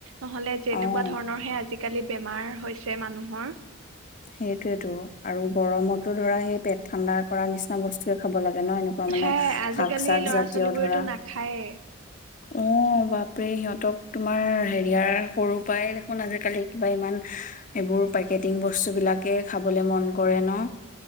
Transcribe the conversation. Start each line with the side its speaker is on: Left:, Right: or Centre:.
Right: নহলে যেনেকুৱা
Left: অ',
Right: ধৰণৰ হে আজি। আজিকালি বেমাৰ হৈছে মানুহৰ।
Left: সেইটোয়েইটো। আৰু গৰমতো ধৰা সেই পেট ঠাণ্ডা কৰা নিচিনা বস্তুয়ে খাব লাগে। ন এনেকুৱা মানে
Right: সেয়াই আজিকালি
Left: শাক চাক
Right: ল'ৰা
Left: জাতীয়
Right: ছোৱালীবোৰেতো
Left: ধৰা।
Right: নাখায়েই।
Left: অ' বাপৰে সিহঁতক তোমাৰ হেৰিয়াৰ সৰুৰ পৰাই দেখোন আজিকালি কিবা ইমান এইবোৰ পেকেটিং বস্তু। বস্তু বিলাকে খাবলে মন কৰে ন?